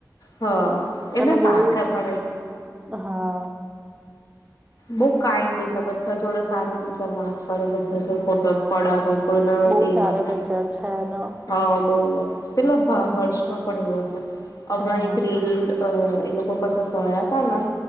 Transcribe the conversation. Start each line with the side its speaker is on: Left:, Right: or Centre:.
Left: હા એના
Right: અને બહુ
Left: પાખર પડે
Right: હા
Left: બઉ કાઇન્ડ છે બધા જોડે સારી રીતે વાત બધા
Right: હમ
Left: જોડે ફોટોસ પડાવે, કોઇને
Right: બહુ
Left: એ
Right: સારો
Left: ન થાય.
Right: નેચર છે એનો
Left: બઉ જ પેલો ભા હર્ષ માં પડેલો છે. અમના
Right: હા હા
Left: એક રીલ અ એ લોકો કર પયા તના